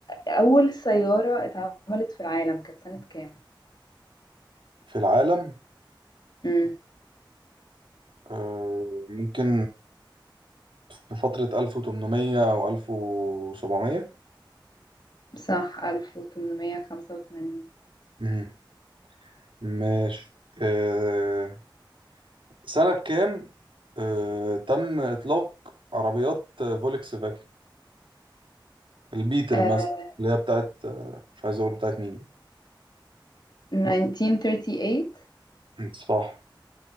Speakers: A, on the left; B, on the right.
A: أول سيارة اتعملت في العالم كانت سنة كام؟
B: في العالم
A: امم
B: آه، ممكن في فترة 1800 أو 1700
A: صح 1885
B: مهم. ماشي آه، سنة كام آه، تم إطلاق عربيات آه، فولكس فاجن البيتل
A: آه
B: مثلا اللي هي بتاعت آه، مش عايز أقول بتاعت مين
A: 1938
B: م، صح